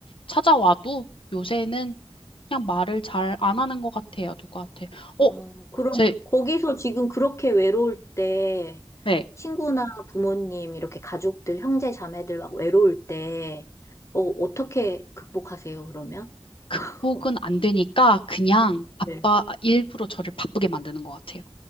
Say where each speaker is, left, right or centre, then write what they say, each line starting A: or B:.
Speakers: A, on the left (about 60°); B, on the left (about 30°).
A: 찾아와도 요새는 그냥 말을 잘 안 하는 것 같아요, 누구한테.
B: 어,
A: 어,
B: 그럼
A: 제,
B: 거기서 지금 그렇게 외로울 때
A: 네,
B: 친구나 부모님 이렇게 가족들 형제 자매들 막 외로울 때 어, 어떻게 극복하세요 그러면? <laughs>
A: 극복은 안 되니까 그냥 아빠
B: 네.
A: 일부러 저를 바쁘게 만드는 것 같아요.